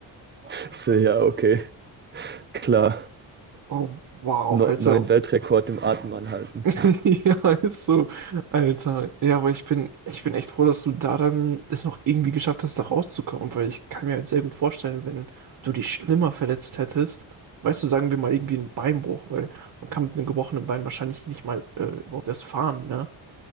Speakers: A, on the right; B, on the right.
A: <laughs> Ich so, ja, okay, klar.
B: Oh, wow,
A: Neu-
B: Alter.
A: neuen Weltrekord im Atmen anhalten.
B: <laughs> Ja, ist so. Alter. Ja, aber ich bin, ich bin echt froh, dass du da dann es noch irgendwie geschafft hast, da rauszukommen, weil ich kann mir halt sehr gut vorstellen, wenn du dich schlimmer verletzt hättest, weißt du, sagen wir mal irgendwie einen Beinbruch, weil man kann mit einem gebrochenen Bein wahrscheinlich nicht mal äh, überhaupt erst fahren, ne?